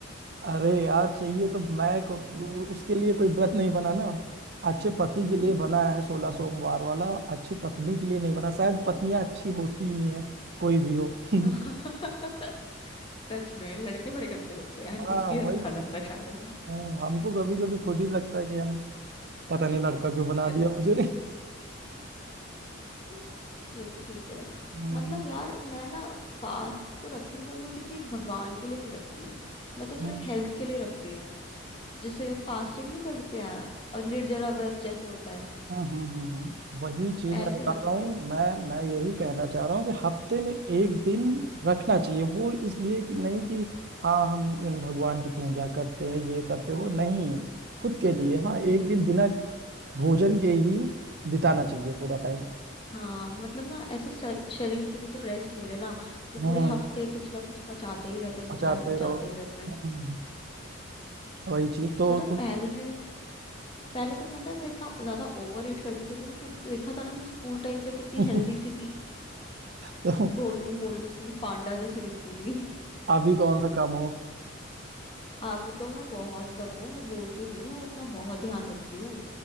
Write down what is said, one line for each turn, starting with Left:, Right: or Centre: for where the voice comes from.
Right: अरे यार चाहिए तो मैं को, वो- उसके लिए कोई व्रत नहीं बना ना अच्छे पति के
Left: हम्म।
Right: लिए बना है सोलह सोमवार वाला अच्छी पत्नी के लिए नहीं बना शायद पत्नियां अच्छी होती ही हैं कोई भी हो <laughs>
Left: <laughs> सच में लड़के बड़े गंदे होते हैं
Right: हाँ
Left: इसलिए
Right: वही
Left: रखा जाता है शायद
Right: हम्म, हमको कभी
Left: हम्म,
Right: कभी खुद ही लगता है कि हम पता नहीं लड़का क्यों बना
Left: गंद
Right: दिया मुझे <laughs>
Left: <laughs> ये भी ठीक है
Right: हम्म,
Left: मतलब यार मैं ना फास्ट तो रखती हूँ पर मैं किसी भगवान के लिए नहीं रखती मैं तो सिर्फ
Right: हम्म।
Left: हेल्थ के लिए रखती हूँ जिसे फास्टिंग नहीं करते हैं और निर्जला व्रत जैसे होता है
Right: हम्म हम्म हम्म, हम्म। वही चीज
Left: ऐसे
Right: मैं बता
Left: रखती
Right: रहा हूँ
Left: हूँ
Right: मैं मैं यही कहना चाह रहा हूँ कि हफ्ते में एक दिन रखना चाहिए वो इसलिए कि नहीं कि हाँ हम इन भगवान की पूजा करते हैं ये करते हो नहीं
Left: हम्म
Right: खुद के लिए हाँ एक
Left: हम्म
Right: दिन बिना भोजन के ही बिताना चाहिए पूरा टाइम
Left: हाँ मतलब ना ऐसे स- शरीर को भी तो रेस्ट मिले ना वो
Right: हम्म
Left: पूरे हफ्ते कुछ ना कुछ पचाते ही रहता है बेचारा
Right: बचाते
Left: पचाते
Right: रहो
Left: ही रहता है
Right: हम्म, वही चीज तो
Left: तो ना
Right: तुम
Left: पहले पहले तो मतलब मैं इतना ज्यादा ओवर ईट करती थी तो, ना- तो देखा था ना मैं स्कूल टाइम पे कितनी
Right: <laughs>
Left: हेल्दी सी थी
Right: तो
Left: गोलू मोलू सी पांडा जैसी दिखती थी
Right: अभी कौन सा काम हो
Left: अब तो मैं बहुत कम हूँ मैं बोल तो रही हूँ मैं अपना बहुत ध्यान रखती हूँ